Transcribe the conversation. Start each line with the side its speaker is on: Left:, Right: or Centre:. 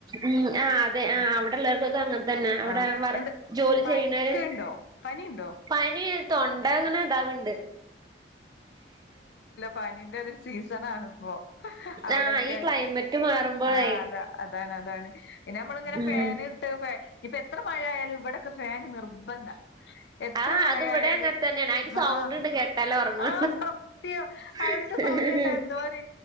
Right: ഉം ആഹ് അതെ ആഹ് അവിടെള്ളവർക്കൊക്കെ അങ്ങനെ തന്നെ അവിടെ
Left: ആ
Right: വർ
Left: എന്ത്
Right: ജോലി
Left: പനിക്ക്ണ്ടോ
Right: ചെയ്യുന്ന
Left: പനിണ്ടോ
Right: പനിയാ തൊണ്ട അങ്ങനെ അതാവണ്ട്
Left: പനീന്റെ ഒരു സീസൺ ആണ് ഇപ്പോ അവിടൊക്കെ
Right: ആഹ് ഈ ക്ലൈമറ്റ് മാറുമ്പോഴേ
Left: ആഹ് അതാ അതാണ് അതാണ് പിന്നെ നമ്മള ഇങ്ങനെ
Right: ഉം
Left: ഫാൻ ഇട്ട് ഇനി ഇപ്പൊ എത്ര മഴയാലും ഇവിടെയൊക്കെ ഫാന്‌ നിർബന്ധ എത്ര
Right: ആഹ്
Left: മഴ
Right: അത് ഇവിടെ
Left: ആയാലും
Right: അങ്ങനെ തന്നെയാണ് അയിന് സൗണ്ട്
Left: ആഹ്
Right: ഇണ്ട് കേട്ടാലേ ഉറങ്ങു
Left: ആഹ് സത്യം
Right: <unintelligible>
Left: അതിന്റെ സൗണ്ട് കേട്ടാ എന്തോര്